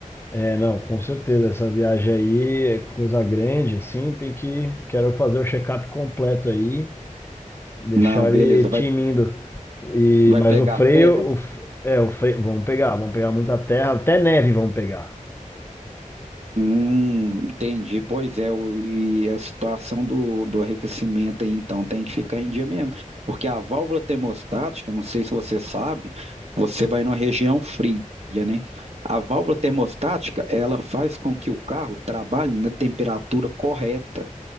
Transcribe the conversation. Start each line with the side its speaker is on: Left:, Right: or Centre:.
Left: É, não, com certeza. Essa viagem aí é coisa grande, assim. Tem que. Quero fazer o check-up completo aí. Deixar
Right: Não, beleza,
Left: ele
Right: vai,
Left: tinindo. E,
Right: vai
Left: mas
Right: pegar
Left: o freio,
Right: a serra?
Left: o, f- é, o freio, vamos pegar, vamos pegar muita terra, até neve vamos pegar.
Right: Hum, entendi. Pois é, o- e a situação do, do arrefecimento aí, então, tem que ficar em dia mesmo. Porque a válvula termostática, não sei se você sabe, você vai numa região fria, né? A válvula termostática, ela faz com que o carro trabalhe na temperatura correta.